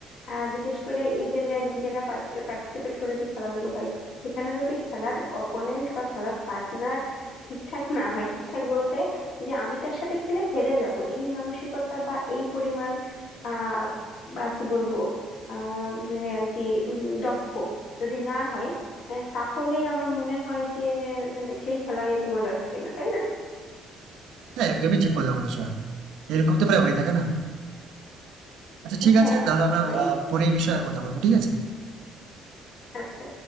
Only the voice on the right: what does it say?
হ্যাঁ একদমই ঠিক কথা বলেছো এরকম তো প্রায় হয়ে থাকে না আচ্ছা ঠিক
আছে তাহলে আমরা
আহ
পরে এই বিষয়ে আর কথা বলবো ঠিক আছে